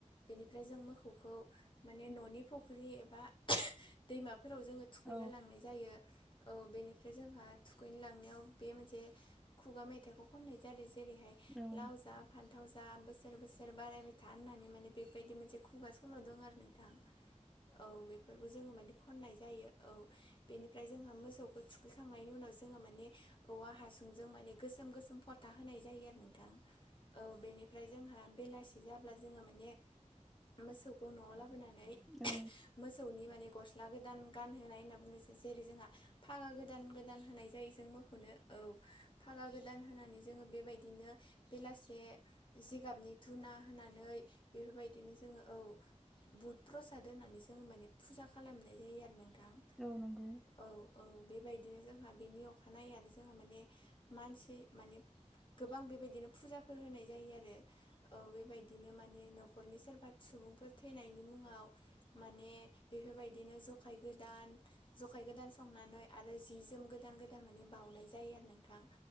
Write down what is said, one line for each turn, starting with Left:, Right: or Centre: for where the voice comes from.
Left: बेनिफ्राय जों मोखौ खौ माने न'नि फख्रि एबा <unintelligible> दैमाफोराव जोङो थुखैनो
Centre: औ
Left: लांनाय जायो औ बेनिफ्राय जोंहा थुखैनोलांनायाव बे मोनसे खुगा मेथाइखौ खननाय जादों जेरैहाय
Centre: नंगौ
Left: लाव जा फान्थाव जा बोसोर बोसोर बारायबाय था होननानै माने बेबायदि मोनसे खुगा सल'दों आरो नों थां औ बेफोरखौ जोङो माने खननाय जायो औ बेनिफ्राय जोंहा मोसौखौ थुखैखांनायनि उनाव जोंहा माने औवा हासुंजों माने गोसोम गोसोम फ था होनाय जायो आरो नोंथां। औ बेनिफ्राय जोंहा बेलासि जाब्ला जोङो माने मोसौखौ न'आव लाबोनानै
Centre: औ
Left: मोसौनि माने गस्ला गोदान गानहोनाय होनना बुंनोसै जेरै जोंहा फागा गोदान गोदान होनाय जाय जों मोखौनो औ फागा गोदान होनानै जोङो बेबायदिनो बेलासे जिगाबनि धुना होनानै बेफोरबायदिनो जोङो औ बहुद प्रसाद होनानै जों माने फुजा खालामनाय जायो आरो नोंथां
Centre: औ नंगौ
Left: औ औ बेबायदिनो जोंहा बेनि अखानायैनो जोंहा माने मानसि माने गोबां बेबायदिनो फुजाफोर होनाय जायो आरो औ बेबायदिनो माने न'खरनि सोरबा सुबुंफोर थैनायनि मुङाव माने बेफोरबायदिनो जखाय गोदान जखाय गोदान संनानै आरो जि जोम गोदान गोदान माने बाउनाय जायो आरो नोंथां